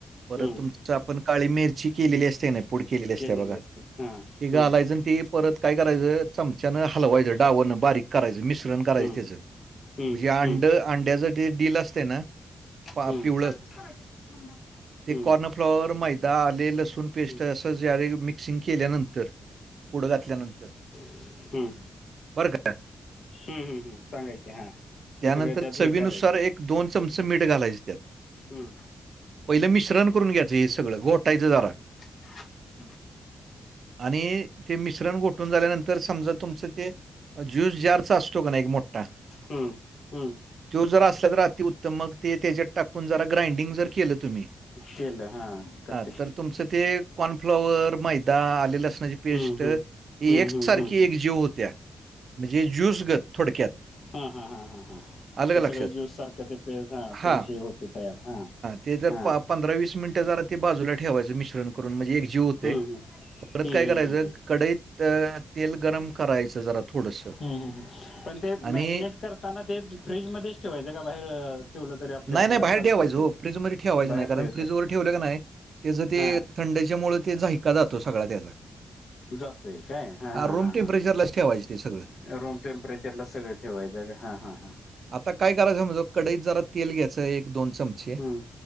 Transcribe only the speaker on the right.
परत
तुमच आपण काळी मिरची केलेली असते ना पुढ केलेली अस
त्या बघा
ति घालायचं आणि ती परत काय करायचं चमच्यान हलवायंच डावणं बारीक करायचं मिश्रण करायचं
त्याचं-
मंग हे अंड
अंड्याचं ते डील असते ना पा
पिवळ
ते
कॉर्नफ्लॉवर माहित दा आले लसूण पेस्ट
असं जवे मिक्सिंग केल्यानंतर पुडं घातल्यानंतर
बरं का
त्यानंतर
चवीनुसार
एक दोन चमचे मीठ घालायचं त्यात
पहिलं मिश्रण करून घ्यायचं हे सगळं घोटायचं जरा
आणि ते मिश्रण गोठून झाल्यानंतर समजा तुमचं ते ज्यूस जारचा असतो का ना एक मोठा
तो जर असल्या तर अति उत्तम मग ते त्याच्यात टाकून जरा ग्राइंडिंग जर केलं तुम्ही
हा तर तुमचं ते कॉर्नफ्लॉवर मैदा आले लसणाची
पेस्ट
ही
एकसारखी
एक जीव होत्या म्हणजे ज्यूसगत थोडक्यात
आलं का
लक्षात
हा
ते जर
पंधरा वीस मिनटं जरा ते बाजूला ठेवायचं मिश्रण करून म्हणजे एकजीव होऊ दे
परत
काय करायचं
काडईत तेल गरम करायच जरा थोडंसं
आणि
नाही नाही बाहेर
ठेवायचं
हो फ्रीज मध्ये ठेवायचं
नाही कारण
फ्रीज वर ठेवलं का नाही त्याच ते
थंडीच्या मुळ ते झायका जातो सगळा त्याचा
हां,
रूम
टेम्परेचरलाच
ठेवायचं ते सगळं.
आता काय करायचं म्हणजं कडई जरा तेल घ्यायचं एक दोन चमचे